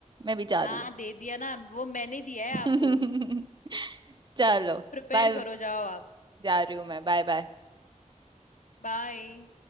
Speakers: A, on the right; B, on the left.
A: मैं भी जा
B: हाँ
A: रही
B: दे दिया ना वो मैंने दिया है आपको
A: हूँ <laughs> चलो
B: प्रिपेयर
A: बाय
B: करो जाओ आप
A: जा रही हूँ मैं बाय बाय
B: बाय